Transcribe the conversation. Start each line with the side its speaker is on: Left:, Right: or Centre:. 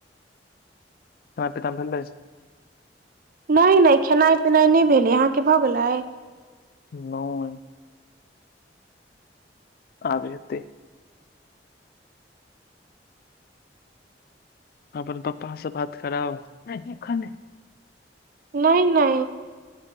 Left: सम पित त भेलै <unintelligible>
Right: नइ नइ खेनाइ पिनाइ नइ भेलै अहाँ के भऽ गेलै
Left: नो आब हेतै अपन पप्पा से बात कराउ नई एखन नइ
Right: नइ नइ